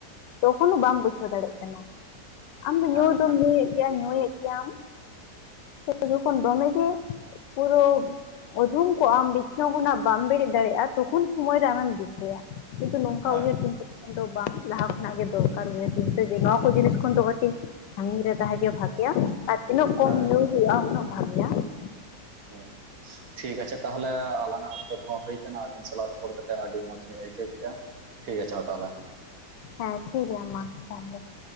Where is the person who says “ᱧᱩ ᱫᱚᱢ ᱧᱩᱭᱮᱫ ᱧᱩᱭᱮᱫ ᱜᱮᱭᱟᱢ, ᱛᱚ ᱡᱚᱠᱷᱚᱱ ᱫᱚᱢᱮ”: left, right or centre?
Left